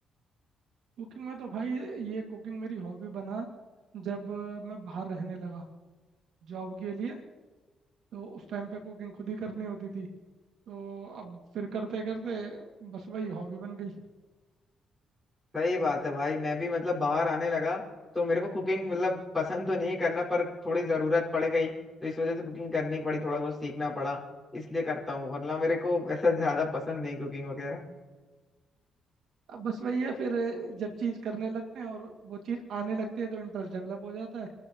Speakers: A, on the right; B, in the centre.
A: कुकिंग में तो भाई ये कुकिंग मेरी हॉबी बना जब अ, मैं बाहर रहने लगा जॉब के लिए तो उस टाइम पे कुकिंग खुद ही करनी होती थी तो अब फिर करते करते बस वही हॉबी बन गई
B: सही बात है भाई मैं भी मतलब बाहर आने लगा तो मेरे को कुकिंग मतलब पसंद तो नहीं करना पर थोड़ी जरूरत पड़ गई तो इस वजह से कुकिंग करनी पड़ी थोड़ा बहुत सीखना पड़ा इसलिए करता हूँ वरना मेरे को ऐसा ज्यादा पसंद नहीं कुकिंग वगैरह
A: अब बस वही है फिर अ, जब चीज़ करने लगते हैं और वो चीज़ आने लगती है तो इंटरेस्ट डेवलप हो जाता है